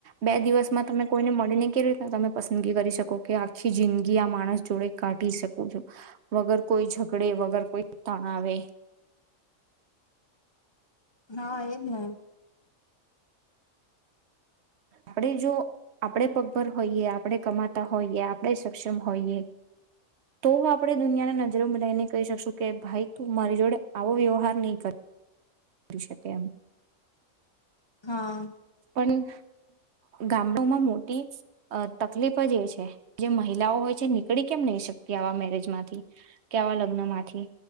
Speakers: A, on the right; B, on the left.
A: બે દિવસમાં તમે કોઈને મળીને કેવી રીતના તમે પસંદગી કરી શકો કે આખી જિંદગી આ માણસ જોડે કાઢી શકો છો વગર કોઈ છો કડે વગર કોઈ તા. હવે
B: હા એમને
A: આપડે જો આપડે પગપર હોઈએ આપડે કમાતા હોઈએ આપડે સક્ષમ હોઈએ તો આપડે દુનિયાને નજરોમાં લાઈને કહી શકશું કે ભાઈ તું મારી જોડે આવો વ્યવહાર ની કર. રી શકે એમ
B: હા.
A: પણ ગામડામાં મોટી તકલીફ જ એ છે જે મહિલાઓ હોય છે નીકળી કેમ નહી શકે આવા મેરેજ માંથી કે આવા લગ્ન માંથી